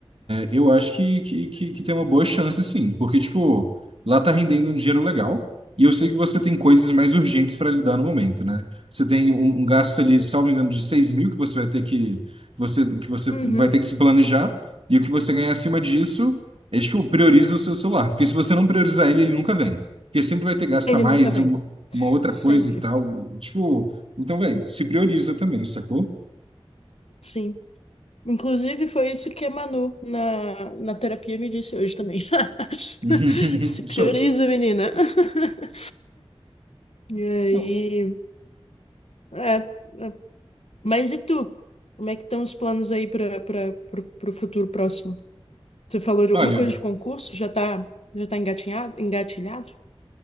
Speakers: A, on the right (about 65°); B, on the left (about 80°).
A: eu acho que, que, que, que tem uma boa chance, sim, porque, tipo, lá tá rendendo um dinheiro legal, e eu sei que você tem coisas mais urgentes para lidar no momento, né? Você tem um, um gasto ali, salvo engano, de seis mil que você vai ter que, você, que você
B: Uhum.
A: vai ter que se planejar, e o que você ganhar acima disso é, tipo, prioriza o seu celular, porque se você não priorizar ele, ele nunca vem, porque sempre vai ter gasto
B: Ele
A: a mais,
B: nunca vem.
A: uma, uma outra
B: Sempre.
A: coisa e tal, tipo, então, velho, se prioriza também, sacou?
B: Sim. Inclusive, foi isso que a Manu na, na terapia me disse hoje também. <laughs>
A: <laughs>
B: Se prioriza,
A: Isso.
B: menina. <laughs> E aí.
A: Não.
B: É, é. Mas e tu? Como é que estão os planos aí para para o futuro próximo? Você falou de
A: Olha.
B: alguma coisa de concurso? Já tá, já tá engatinhado, engatilhado?